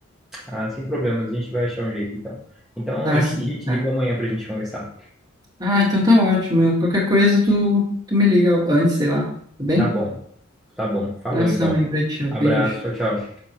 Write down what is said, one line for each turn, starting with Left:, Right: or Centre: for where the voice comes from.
Centre: Ah, sem problemas, a gente vai achar um jeito então. Então
Right: Tá,
Centre: a gente
Right: sim,
Centre: te
Right: tá.
Centre: liga amanhã pra gente conversar.
Right: Ah, então tá ótimo. Qualquer coisa tu, tu me liga antes, sei lá. Tá bem?
Centre: Tá bom, tá bom. Falou
Right: Abração
Centre: então.
Right: aí pra ti, ó.
Centre: Abraço,
Right: Beijo.
Centre: tchau, tchau.